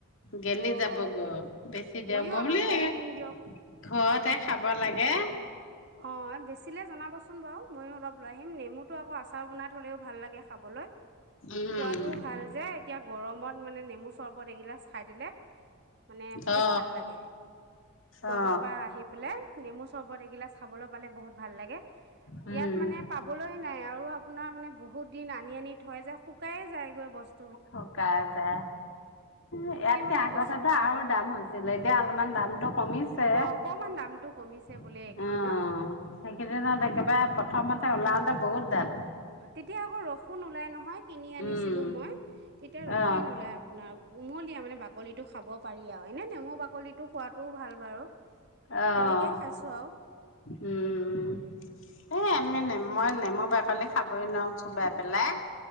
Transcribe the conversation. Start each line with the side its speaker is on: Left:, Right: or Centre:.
Left: গেলি
Right: অঁ
Left: যাব গৈ, বেছি <unintelligible>
Right: ময়ো অলপ লৈ আহিম দিয়ক
Left: ঘৰতে খাব লাগে।
Right: অ, বেছিলে জনাবচোন <unintelligible> বাৰু ময়ো অলপ লৈ আহিম নেমু <unintelligible> আকৌ আচাৰ বনাই থ'লেও ভাল লাগে খাবলৈ।
Left: উম
Right: খোৱাতটোও ভাল যে এতিয়া গৰমত মানে নেমু চৰ্বত এগিলাচ খাই দিলে, মানে বহুত
Left: অ
Right: ভাল লাগে। কৰবাৰ
Left: অ
Right: পৰা আহি পেলাই নেমু চৰ্বত এগিলাচ খাবলৈ পালে বহুত ভাল লাগে,
Left: উম
Right: ইয়াত মানে পাবলৈয় নাই আৰু আপোনাৰ মানে বহুত দিন আনি আনি থৈ যায় শুকাই এ যায়গৈ বস্তু
Left: শুকাই যায়। এ ইয়াতকে
Right: সেই মানে
Left: আগতেতো
Right: গছ
Left: আৰু দাম হৈছ <unintelligible> অলপমান দামটো কমিছে
Right: অ, অকমান দামতটো কমিছে বোলে
Left: অ,
Right: এইকেইদিনত
Left: সেইকেইদিনত একেবাৰে প্ৰথমতে ওলাওতে বহুত ডাঠ।
Right: তেতিয়া আকৌ ৰসো নোলায় নহয় কিনি আনিছিলোঁ
Left: উম
Right: মই, তেতিয়া ৰসেই
Left: অ
Right: নোলাই আপোনাৰ কুমলীয়া মানে বাকলিটো খাব পাৰি আৰু এনে নেমু বাকলিটো খোৱাটোও ভাল বাৰু।
Left: অহ
Right: তেনেকেই খাইছোঁ আৰু
Left: উম! এ এমেনে নেমু বাকলি খাবই নোৱাৰো চোবাই পেলাই।